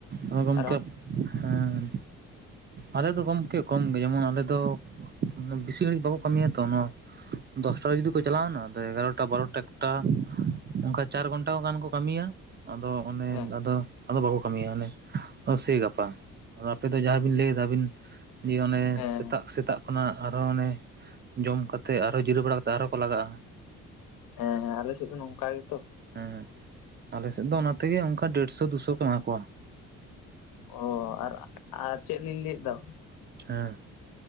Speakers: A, on the right; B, on the left.
A: <unintelligible> ᱜᱚᱢᱠᱮ
B: ᱟᱨ ᱟᱯ-
A: ᱦᱮᱸ ᱟᱞᱮ ᱫᱚ ᱜᱚᱢᱠᱮ ᱠᱚᱢ ᱜᱮ ᱡᱮᱢᱚᱱ, ᱟᱞᱮ ᱫᱚ ᱢᱟᱱᱮ ᱵᱮᱥᱤ ᱜᱷᱟᱹᱲᱤᱡ ᱵᱟᱵᱚ ᱠᱟᱹᱢᱤᱭᱟ ᱛᱚ ᱱᱚᱣᱟ ᱫᱚᱥᱴᱟ ᱨᱮ ᱡᱩᱫᱤ ᱠᱚ ᱪᱟᱞᱟᱣᱮᱱᱟ ᱮᱜᱟᱨᱚᱴᱟ ᱵᱟᱨᱚᱴᱟ ᱮᱠᱴᱟ ᱚᱱᱠᱟ ᱪᱟᱨ ᱜᱷᱚᱱᱴᱟ ᱜᱟᱱ ᱠᱚ ᱠᱟᱹᱢᱤᱭᱟ᱾ ᱟᱫᱚ ᱚᱱᱮ
B: ᱦᱮᱸ
A: ᱟᱫᱚ ᱟᱫᱚ ᱵᱟᱠᱚ ᱠᱟᱹᱢᱤᱭᱟ ᱚᱱᱮ ᱥᱮ ᱜᱟᱯᱟ ᱟᱫᱚ ᱟᱯᱮ ᱫᱚ ᱡᱟᱸᱦᱟᱵᱤᱱ ᱞᱟᱹᱭᱮᱫ ᱟᱹᱵᱤᱱ ᱡᱮ ᱚᱱᱮ
B: ᱦᱮᱸ
A: ᱥᱮᱛᱟᱜ ᱥᱮᱛᱟᱜ ᱚᱱᱟ ᱟᱨᱦᱚ ᱚᱱᱮ ᱡᱚᱢ ᱠᱟᱛᱮᱫ ᱟᱨᱚᱸ ᱡᱤᱨᱟᱹᱣ ᱵᱟᱲᱟ ᱠᱟᱛᱮᱫ ᱟᱨᱚᱸ ᱠᱚ ᱞᱟᱜᱟᱜᱼᱟ᱾
B: ᱦᱮᱸ ᱦᱮᱸ ᱟᱞᱮ ᱥᱮᱫ ᱫᱚ ᱱᱚᱝᱠᱟ ᱜᱮᱛᱚ᱾
A: ᱦᱩᱸ ᱱᱤᱛᱚᱜ ᱫᱚ ᱚᱱᱟ ᱛᱮᱜᱮ ᱚᱱᱠᱟ ᱰᱮᱲᱥᱚ ᱫᱩᱥᱚ ᱠᱚ ᱮᱢᱟ ᱠᱚᱣᱟ᱾
B: ᱚ ᱟᱨ ᱟᱨ ᱪᱮᱫ ᱞᱤᱧ ᱞᱟᱹᱭᱮᱫ ᱫᱚ᱾
A: ᱦᱮᱸ